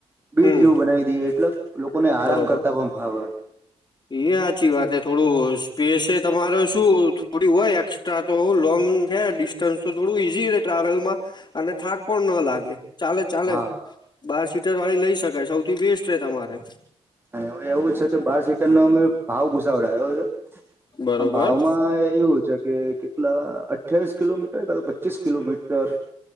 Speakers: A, on the right; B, on the left.
A: બીડ
B: હમ
A: જેવું બનાવી દઈએ એટલે લોકોને આરામ
B: બરોબર
A: કરતા પણ ફાવે.
B: એ હાચી વાત થોડું સ્પેસ તમારે શું થોડી હોય એક્સપ તા લોંગ છે ડિસ્ટન્સ તો થોડું ઈઝી ટ્રાવેલ માં અને થાક પણ નો લાગે ચાલે ચાલે.
A: હા
B: બાર સીટર વાળી લઇ શકાય સૌથી બેસ્ટ રે તમારે.
A: અને એવ એવું છે કે બાર સીટર નો અમે ભાવ પૂસાવડાયો છે
B: બરોબર
A: અને ભાવમાં માં એવું છે કે કેટલા અઠ્યાવીસ કિલોમીટર કા તો પચીસ કિલોમીટર